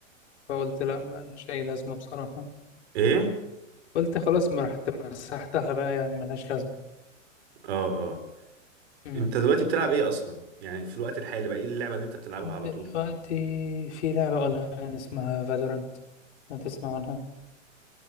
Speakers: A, on the left (about 55°); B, on the right (about 50°).
A: فقلت لا ما لهاش اي لازمة بصراحة
B: ايه
A: قلت خلاص ما رحت مسحتها بقى يعني ملهاش لازمة
B: اه اه
A: مم.
B: انت دلوقتي بتلعب ايه اصلا يعني في الوقت الحالي بقى ايه اللعبه اللي انت بتلعبها
A: دلوقتي
B: على طول
A: في لعبة أونلاين اسمها فالورانت ما تسمع عنها